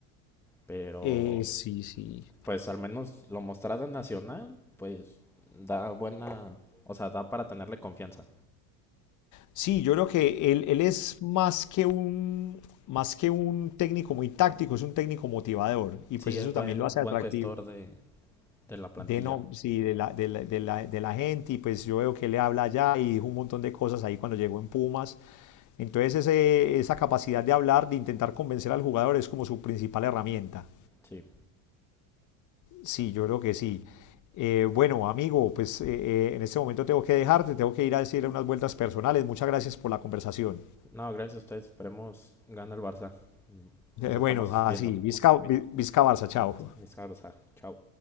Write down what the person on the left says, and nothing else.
eh, sí, sí.
Sí, yo creo que él, él es más que un, más que un técnico muy táctico, es un técnico motivador y
pues eso
también lo hace
atractivo.
de, no, sí, de la, de la, de la- de la gente y pues yo veo que él le habla allá y dijo un montón de cosas ahí cuando llegó en Pumas. Entonces ese- esa capacidad de hablar, de intentar convencer al jugador es como su principal herramienta.
Sí, yo creo que sí. Eh, bueno, amigo, pues eh, eh, en este momento tengo que dejarte, tengo que ir a decir unas vueltas personales. Muchas gracias por la conversación. <laughs>
Eh,
bueno, así,
Vizca, Vi- Vizca Barça, chao.